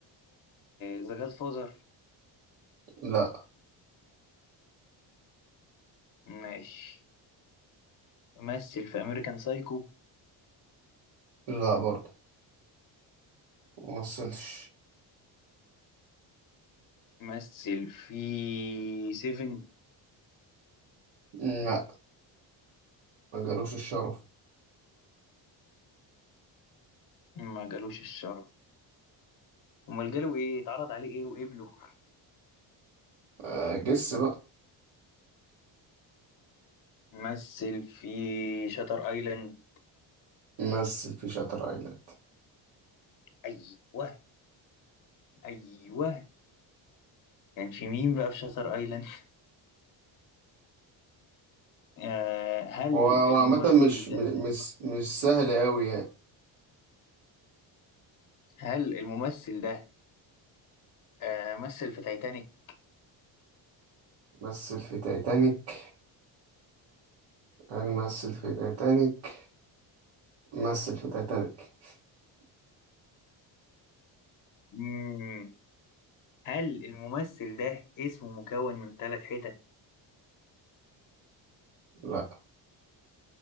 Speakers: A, on the left; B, on the right.
A: ذا جاد فازر
B: لا
A: ماشي مثل في أمريكان سايكو
B: لا برضه ممثلش
A: مثل في سيفن
B: لا ما جالوش الشرف
A: ما جالوش الشرف امال جاله ايه اتعرض عليه ايه وقبله
B: آه، جس بقى
A: مثل في شاتر ايلاند
B: مثل في شاتر ايلاند
A: ايوه ايوه كان في مين بقى في شاتر ايلاند <laughs> آه هل
B: هو هو
A: الممثل
B: عامة مش م-
A: ده
B: مش مش سهل أوي يعني
A: هل الممثل ده آه مثل في تايتانيك
B: مثل في تايتانيك هنمثل في تايتانيك مثل في تايتانيك
A: مم. هل الممثل ده اسمه مكون من ثلاث حتت
B: لا